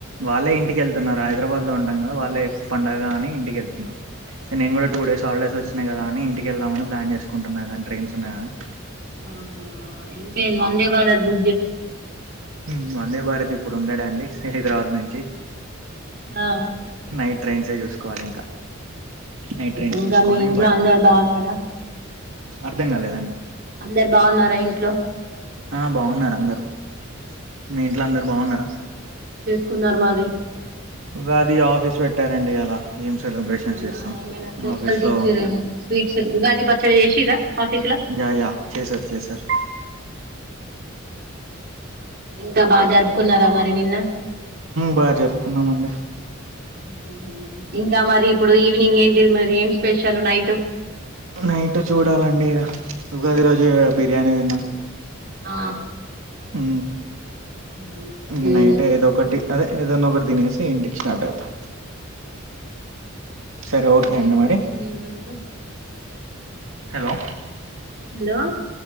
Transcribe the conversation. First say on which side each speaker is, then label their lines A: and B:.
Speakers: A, on the right; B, on the right.
A: వాళ్ళే ఇంటి వెళ్తున్నారు హైదరాబాద్ లో ఉంటాందా వాళ్ళే పండగ అని ఇంటికెళ్తున్నారు నేను గూడా టూ డేస్ హాలిడేస్ వచ్చినాయి కదా ని ఇంటికిళ్దామని ప్లాన్ చేసుకుంటున్నారు కానీ ట్రైన్స్ ఉన్నాయాని కాని
B: ఆహా ఇంకేన్ వందే భారత్ బు
A: మ్ వందే భారత్ ఇప్పుడు ఉన్నాడా అండి హైదరాబాద్ నుంచి
B: ఆ
A: నైట్ ట్రైన్సే చూసుకో కోవాలి ఇంకా నైట్ ట్రైన్స్
B: ఇంకా
A: చూసుకొని
B: మీ ఇంట్లో అందరూ బాగున్నారా
A: అర్ధం కాలేదండి
B: అందరు బాగున్నారా ఇంట్లో
A: ఆ బాగున్నారు అందరు మీ ఇంట్లో అందరు బాగున్నారా
B: కున్నారు మాది
A: ఉగాది ఆఫీస్ పెట్టారండి ఇయాల ఏం సెలబ్రేషన్స్
B: అవునా
A: చేస్తాం
B: ఏమైనా స్పెషల్స్
A: ఆఫీస్ లో
B: ఇచ్చిరేమో స్వీట్ ఉగాది పచ్చడి చేసి రా ఆఫీస్ లో
A: యా యా చేసారు చేసారు
B: ఇంకా బాగా జరుపు కున్నారా మరి నిన్న
A: బాగా జరుపుకున్నామండి
B: ఉహ్ మరి ఇప్పుడు ఈ ఇవినింగ్ ఏంటిది మరి ఏం స్పెషల్ నైట్
A: నైట్ చూడాలండి ఉగాది రోజు బిర్యానీ తిన్నా
B: ఆ
A: ఉ
B: మ్మ్.
A: ఇక
B: ఏ
A: నైట్ ఏదో ఒకటి అదే ఏదైనా ఒకటి తినేసి ఇంటికి స్టార్ట్ అవుతా సరే ఓకే
B: ఇంకెట్లా
A: అండి మరి
B: ఉంది మీ వర్క్
A: హలో
B: హలో